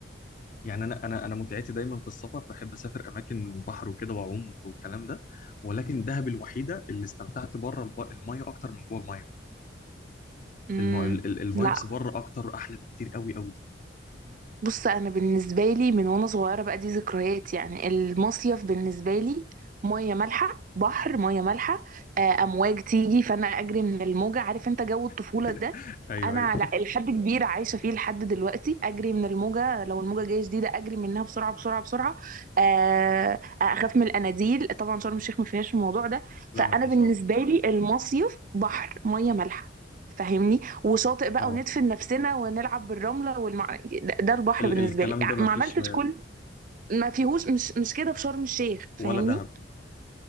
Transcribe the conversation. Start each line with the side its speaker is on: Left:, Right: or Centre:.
Left: يعني انا انا انا متعتي دايما في السفر بحب اسافر اماكن بحر وكده واعوم والكلام ده ولكن دهب الوحيده اللي استمتعت بره الب- الميه اكتر من جوه الميه
Right: امم
Left: الم... الفايبس
Right: لا
Left: بره اكتر احلى بكتير قوي قوي
Right: بص انا بالنسبه لي من وانا صغيره بقى دي ذكريات يعني المصيف بالنسبه لي ميه مالحه بحر ميه مالحه آه، امواج تيجي فانا اجري من الموجه عارف انت جو الطفوله
Left: <laughs>
Right: ده
Left: ايوه
Right: انا
Left: ايوه
Right: لا- لحد كبير عايشه فيه لحد دلوقتي اجري من الموجه لو الموجه جايه شديده اجري منها بسرعه بسرعه بسرعه آه، اخاف من الاناديل طبعا شرم الشيخ ما فيهاش الموضوع ده
Left: لا
Right: فانا
Left: مفيش
Right: بالنسبه
Left: اه
Right: لي المصيف بحر ميه مالحه فاهمني وشاطئ بقى
Left: اه
Right: وندفن نفسنا ونلعب بالرملة والمع... ده ده البحر
Left: ال...
Right: بالنسبة
Left: الكلام
Right: لي
Left: ده مفيش
Right: ما عملتش
Left: م-
Right: كل ما فيهوش مش مش كده في شرم الشيخ فاهمني
Left: ولا دهب